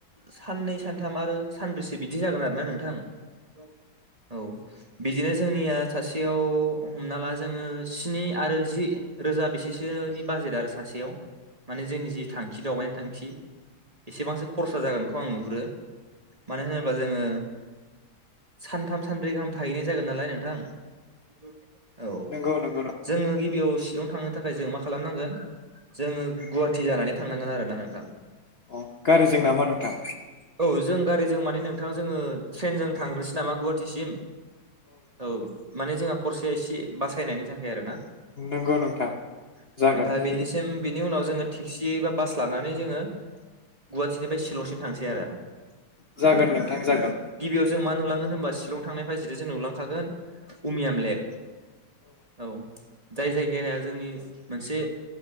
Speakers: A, on the right (about 25°); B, on the left (about 85°).
A: साननै सानथाम आरो सानब्रैसो बिदि जागोन आरो ना नोंथां। गावनो औ बिदिनो जोंनिया सासेयाव हमना ला जोङो स्नि आरो जि रोजा बेसेसोनि बाजेट आरो सासेयाव जोंनि जि थांखि द दावबायनाय थांखि एसेबांसो खरसा जागोनखौ आं नुहुरो मानो होनोब्ला जोङो सानथाम सानब्रै गाहाम थाहैनाय जागोन नालाय नोंथां। उम औ
B: नंगौ नंगौ
A: जोङो गिबियाव शिलं थांनो थाखाय जों मा खालामनांगोन जोङो गुवाहाटि जानानै थांनांगोन आरोना नोंथां।
B: अ गारिजों नामा नोंथां
A: औ औ जों गारिजों माने नोंथां जोङो ट्रेनजों थांग्रोसै नामा गुवाहाटिसिम औ माने जोंहा खरसाया एसे बासायनायनि थाखाय आरोना
B: नंगौ नोंथां
A: औ
B: जागोन
A: ओमफ्राय बेनिसिम बेनि उनाव जोङो फिए बा बास लानानै जोङो गुवाहाटिनिफ्राय सिलंसिम थांसै आरो औ
B: जागोन नोंथां जागोन
A: गिबियाव जों मा नुलांगोन होनबा सिलं थांनायजों नुलांखागोन उमियाम लेक। औ जाय जायगाया जोंनि मोनसे